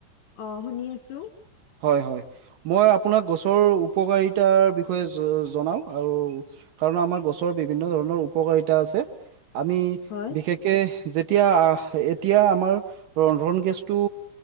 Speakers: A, on the left (about 65°); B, on the right (about 70°).
A: অঁ শুনি আছোঁ।
B: হয় হয়, মই আপোনাক গছৰ উপকাৰিতাৰ বিষয়ে জনাও আৰু। কাৰণ আমাৰ গছৰ বিভিন্ন ধৰণৰ উপকাৰিতা আছে। আমি
A: হয়
B: বিশেষ কে যেতিয়া আহ' এতিয়া আমাৰ ৰন্ধন গেছটো